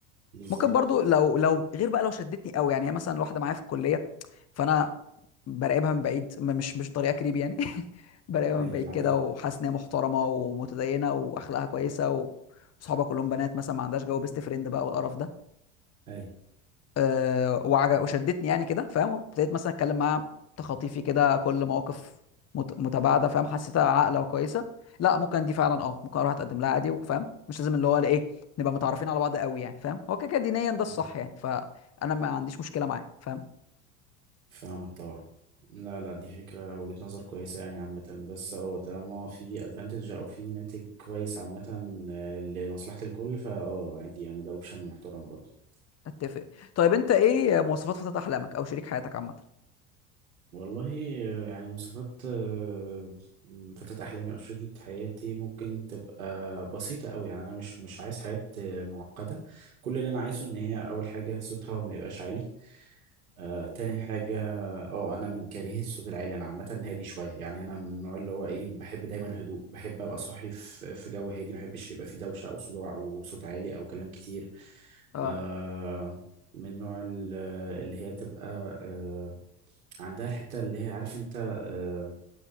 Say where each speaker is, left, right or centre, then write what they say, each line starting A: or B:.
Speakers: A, on the right (about 85°); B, on the left (about 35°).
A: بالظبط
B: ممكن برضو لو لو غير بقى لو شدتني قوي يعني هي مثلا واحده معايا في الكليه فانا براقبها من بعيد م- مش مش طريقه كريب يعني <laughs> براقبها
A: ايوه
B: من بعيد
A: العادية
B: كده وحاسس ان هي محترمه ومتدينه واخلاقها كويسه و... وصحابها كلهم بنات مثلا ما عندهاش جو بيست فريند بقى والقرف ده
A: ايوه
B: أه وعج- وشدتني يعني كده فاهم ابتديت مثلا اتكلم معاها تخاطيفي كده كل مواقف مت- متباعده فاهم حسيتها عاقله وكويسه لا ممكن دي فعلا اه ممكن اروح اتقدم لها عادي وفاهم مش لازم اللي هو ايه نبقى متعرفين على بعض قوي يعني فاهم هو كده كده دينيا ده الصح
A: أيوة.
B: يعني فانا ما عنديش مشكله معاه فاهم
A: فاهمك طبعا لا لا دي فكرة وجهة نظر كويسة يعني عامة بس هو طالما في ادفانتج او في ناتج كويس عامة آه، لمصلحة الكل فا اه عادي يعني ده اوبشن محترم برضه
B: اتفق طيب انت ايه مواصفات فتاة احلامك او شريك حياتك عامه
A: والله يعني مواصفات آه، فتاة أحلامي أو شريكة حياتي ممكن تبقى بسيطة أوي يعني أنا مش مش عايز حياة آه، معقدة كل اللي أنا عايزه إن هي أول حاجة صوتها ما يبقاش عالي آه تاني حاجة اه أنا من كارهي الصوت العالي أنا عامة هادي شوية يعني أنا من النوع اللي هو إيه بحب دايما الهدوء بحب أبقى صاحي في في جو هادي ما بحبش يبقى فيه دوشة أو صداع أو صوت عالي أو كلام كتير
B: اه
A: آه من نوع ال- اللي هي تبقى آه، عندها الحتة اللي هي عارف انت آه،